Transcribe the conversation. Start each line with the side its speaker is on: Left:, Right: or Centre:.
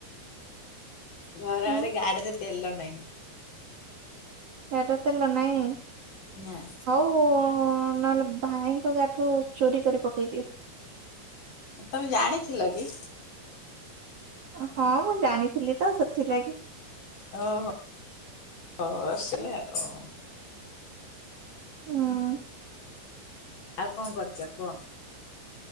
Left: ଘର
Right: ହୁଁ
Left: ଆଡେ ଗାଡିରେ ତେଲ ନାହିଁ।
Right: ଗାଡ଼ିରେ ତେଲ ନାହିଁ।
Left: ନାଁ।
Right: ହ ନହେଲେ ଭାଇଙ୍କ ଗାଡିରୁ ଚୋରି କରି ପକେଇଦିଏ।
Left: ତମେ ଜାଣିଥିଲ କି?
Right: ହଁ ମୁଁ ଜାଣିଥିଲି ତ ସେଥିଲାଗି।
Left: ଓ ହୋ ହ ଆସଇଲେ ଆଉ।
Right: ହଁ।
Left: ଆଉ କଣ କରୁଛ କୁହ?